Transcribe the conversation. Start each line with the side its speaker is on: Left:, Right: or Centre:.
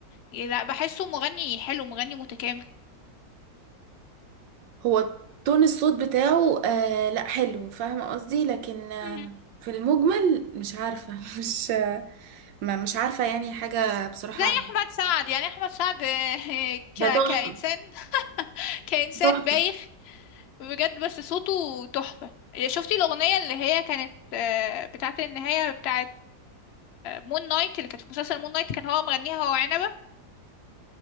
Left: لا بحسه مغني حلو مغني متكامل
Right: هو تون الصوت بتاعه آه لا حلو فاهمة قصدي لكن آه
Left: مهم.
Right: في المجمل مش عارفة <laughs> مش آه ما مش عارفة يعني حاجة بصراحة
Left: زي احمد سعد يعني احمد سعد آه، <laughs>
Right: ده
Left: ك...
Right: تحفة
Left: كانسان <laughs> كانسان
Right: تحفة
Left: بايخ بجد بس صوته تحفه شفتي الاغنيه اللي هي كانت آه، بتاعه النهايه بتاعه مون نايت اللي كانت في مسلسل مون نايت كان هو مغنيها هو عنبه